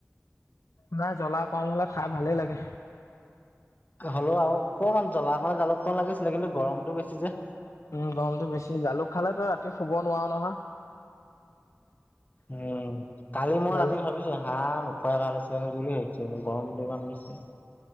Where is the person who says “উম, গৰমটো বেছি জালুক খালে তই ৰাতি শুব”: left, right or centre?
Left